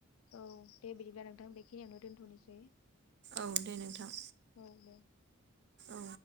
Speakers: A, on the left (about 75°); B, on the right (about 55°).
A: औ दे बिदिब्ला नोंथां बेखिनियावनो दोनथ'नोसै।
B: औ दे नोंथां।
A: औ दे।
B: औ